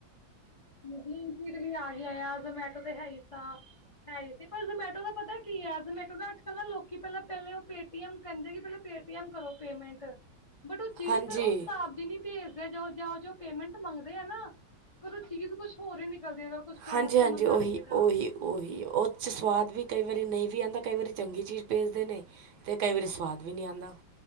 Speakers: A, on the left (about 50°); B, on the right (about 70°).
A: ਬਲਿੰਕੀਟ ਵੀ ਆਗਿਆ ਆ, ਜ਼ਮੈਟੋ ਤੇ ਹੈਈ ਗਾ। ਹੈਈ ਸੀ, ਜ਼ੋਮੈਟੋ ਦਾ ਪਤਾ ਕੀ ਐ, ਜ਼ੋਮੈਟੋ ਦਾ ਅੱਜ-ਕੱਲ ਨਾ ਲੋਕੀ, ਪਹਿਲੇ ਉਹ ਪੇਟੀਐਮ ਕਹਿੰਦੇ ਪਹਿਲ ਪੇਟੀਐਮ ਕਰੋ ਪੇਮੇਂਟ। ਬਟ ਉਹ ਚੀਜ਼
B: ਹਾਂਜੀ
A: ਫੇਰ ਉਸ ਹਿਸਾਬ ਦੀ ਨੀ ਭੇਜਦੇ, ਜਾਂ, ਜੋ ਪੇਮੈਂਟ ਮੰਗਦੇ ਆ ਨਾ। ਪਰ ਚੀਜ਼ ਕੁਛ ਹੋਰ ਹੀ ਨਿਕਲਦੀ, ਅਗਰ ਕੁਛ ਖਾਣ
B: ਹਾਂਜੀ-ਹਾਂਜੀ,
A: ਵਾਸਤੇ ਮੰਗਾਈਏ
B: ਉਹੀ-ਉਹੀ-ਉਹੀ,
A: ਤਾਂ
B: ਉਹ 'ਚ ਸਵਾਦ ਵੀ ਕਈ ਵਾਰੀ ਨਹੀਂ ਵੀ ਆਂਦਾ, ਕਈ ਵਾਰੀ ਚੰਗੀ ਚੀਜ਼ ਭੇਜਦੇ ਨੇ ਤੇ ਕਈ ਵਾਰੀ ਸ੍ਵਾਦ ਵੀ ਨੀ ਆਂਦਾ।